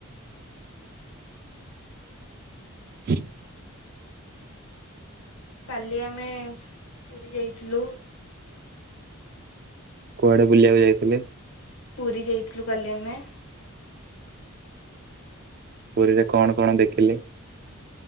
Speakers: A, on the right; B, on the left.
A: <inaudible>
B: କାଲି ଆମେ ପୁରୀ ଯାଇଥିଲୁ।
A: କୁଆଡେ ବୁଲିବାକୁ ଯାଇଥିଲେ?
B: ପୁରୀ ଯାଇଥିଲୁ କାଲି ଆମେ।
A: ପୁରୀରେ କଣ କଣ ଦେଖିଲେ?